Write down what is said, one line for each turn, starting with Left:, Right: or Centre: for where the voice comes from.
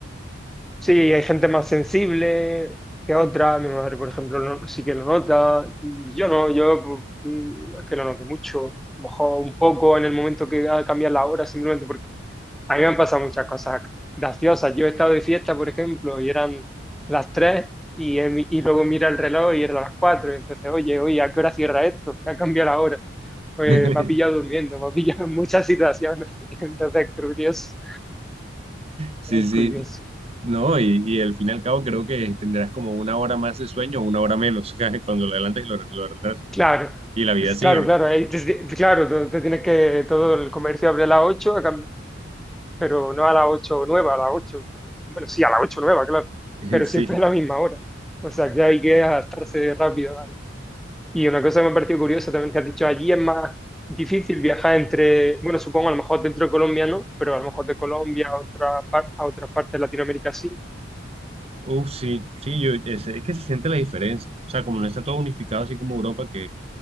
Centre: Sí, hay gente más sensible que otra. Mi madre, por ejemplo, no- sí que lo nota. Yo no, yo pues, mm, es que lo noté mucho. A lo mejor un poco en el momento que ha cambiado la hora, simplemente porque a mí me han pasado muchas cosas graciosas. Yo he estado de fiesta, por ejemplo, y eran las 3 y, he mi- y luego mira el reloj y eran las 4. Y entonces, oye, oye, ¿a qué hora cierra esto? ¿Qué ha cambiado la hora? Pues
Right: <laughs>
Centre: me ha pillado durmiendo, me ha pillado en muchas situaciones. <laughs> Entonces, es curioso,
Right: Sí,
Centre: es
Right: sí,
Centre: curioso.
Right: no, y, y al fin y al cabo creo que tendrás como una hora más de sueño o una hora menos <laughs> cuando lo adelantas y lo, lo retrasas.
Centre: Claro,
Right: Y la vida
Centre: es
Right: sigue.
Centre: claro, claro, ahí te- te- claro, te, te tienes que, todo el comercio abre a las 8, a cam- pero no a las 8 nueva, a las 8. bueno, sí, a las 8 nueva, claro,
Right: <laughs>
Centre: pero
Right: Sí.
Centre: siempre a la misma hora, o sea, que hay que adaptarse rápido. ¿vale? Y una cosa que me ha parecido curiosa también que has dicho, allí es más difícil viajar entre, bueno, supongo a lo mejor dentro de Colombia no, pero a lo mejor de Colombia a, otra par- a otras partes de Latinoamérica sí.
Right: Uf, sí, sí, yo, es, es que se siente la diferencia. O sea, como no está todo unificado, así como Europa, que